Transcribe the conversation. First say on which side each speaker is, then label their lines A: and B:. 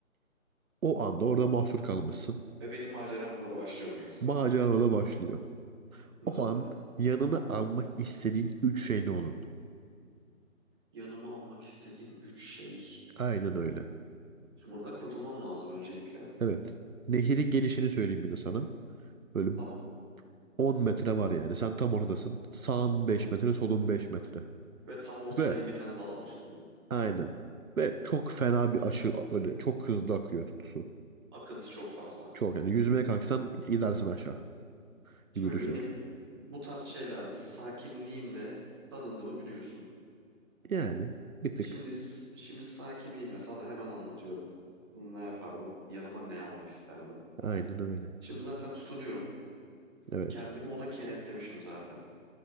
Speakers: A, on the right; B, on the right.
A: O anda orada mahsur kalmışsın.
B: Ve benim maceram burada başlıyor mu yoksa?
A: Maceran orada başlıyor.
B: Hmm.
A: O an yanına almak istediğin üç şey ne olurdu?
B: Yanıma almak istediğim üç şey.
A: Aynen öyle.
B: Şimdi buradan kurtulmam lazım öncelikle.
A: Evet. Nehirin gelişini söyleyeyim bir de sana. Böyle
B: Tamam.
A: 10 metre var yani. Sen tam ortadasın. Sağın 5 metre, solun 5 metre.
B: Ve tam ortadayım
A: Ve
B: bir tane dala mı tutundum?
A: aynen. Ve çok fena bir aşı öyle çok hızlı akıyor su.
B: Akıntı çok fazla.
A: Çok yani yüzmeye kalksan gidersin aşağı
B: Şimdi
A: gibi düşün.
B: benim bu tarz şeylerde sakinliğimle tanındığımı biliyorsun.
A: Yani bir tık
B: Şimdi şimdi sakinliğimle sana hemen anlatıyorum. Ne yapardım? Yanıma ne almak isterdim?
A: aynen öyle.
B: Şimdi zaten tutunuyorum.
A: Evet.
B: Kendimi ona kenetlemişim zaten.